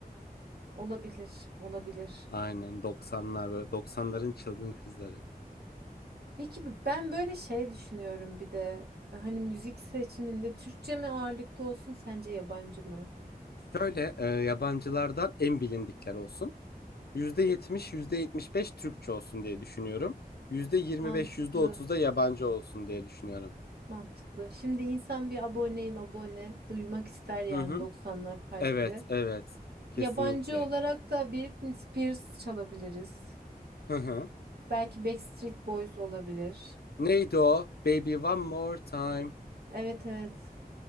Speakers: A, on the right (about 80°); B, on the left (about 75°).
A: Olabilir, olabilir.
B: Aynen 90'lar ve 90'ların çılgın kızları.
A: Peki ben böyle şey düşünüyorum bir de. Hani müzik seçiminde Türkçe mi ağırlıklı olsun sence yabancı mı?
B: Şöyle e, yabancılardan en bilindikler olsun. yüzde yüzde yetmiş yüzde yetmiş beş Türkçe olsun diye düşünüyorum. yüzde yirmi
A: Mantıklı,
B: beş yüzde otuz da yabancı olsun diye düşünüyorum.
A: mantıklı. Şimdi insan bir aboneyim abone duymak ister yani
B: Hı hı.
A: 90'lar partide.
B: Evet, evet. Kesinlikle.
A: Yabancı olarak da Britney Spears çalabiliriz.
B: Hı hı.
A: Belki Backstreet Boys olabilir.
B: Neydi o? Baby One More Time.
A: Evet evet.